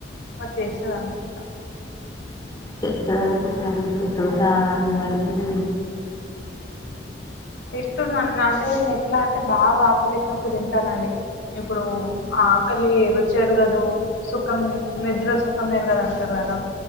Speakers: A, on the left; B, on the left.
A: మరి చేస్తది అనుకుంటాం
B: చేస్తది అనుకుంటా అంటే మీతో చానా వాడుతుంది
A: తింటున్నాను అంటే నేను ఎట్లా అంటే బాగా ఆకలి ఎసినప్పుడు తింటానండి ఇప్పుడు ఆకలి రుచేరుగదు సుఖం నిద్ర సుఖం ఎరుగదు అంటారు కదా